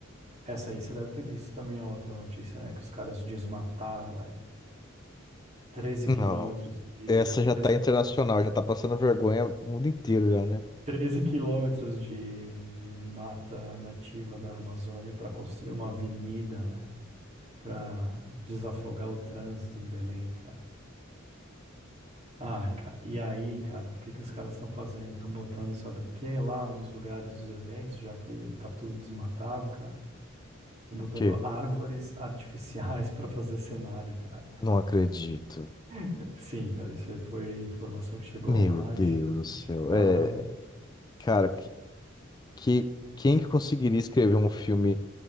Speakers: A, on the right (about 35°); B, on the left (about 20°).
A: essa aí você deve ter visto também a outra notícia, né, que os caras desmataram, velho. 13
B: Não.
A: quilômetros de
B: Essa já
A: 13
B: tá internacional, já tá passando vergonha o mundo inteiro já, né?
A: treze quilômetros de, de mata nativa da Amazônia para construir uma avenida, velho, para desafogar o trânsito em Belém, cara. Ai, cara, e aí, cara, o que que os caras estão fazendo? Estão botando, sabe o que lá nos lugares dos eventos, já que tá tudo desmatado, cara? Estão botando
B: Que?
A: árvores artificiais <laughs> para fazer cenário, cara.
B: Não acredito.
A: <laughs> Sim, cara, isso aí foi informação que chegou
B: Meu
A: lá
B: Deus
A: de
B: do
A: gente
B: céu.
A: que tá
B: É, cara, que quem que conseguiria escrever um filme